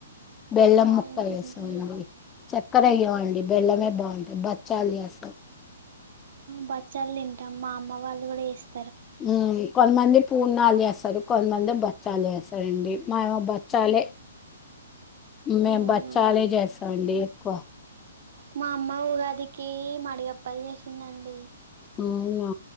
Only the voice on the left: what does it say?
బెల్ల
ముక్క వేసం మళ్ళీ చక్కర వేయంఆండీ బెల్లమే బాగుంటాయి బచ్చాలు చేస్తాం
ఉ కొంత మంది పూర్నాలు చేస్తారు కొంతమంది బచ్చాలు చేస్తారండి మాఅమ్మ బచ్చాలే మేము
బచ్చాలే చేస్తామండి ఎక్కువ
ఏ అవునా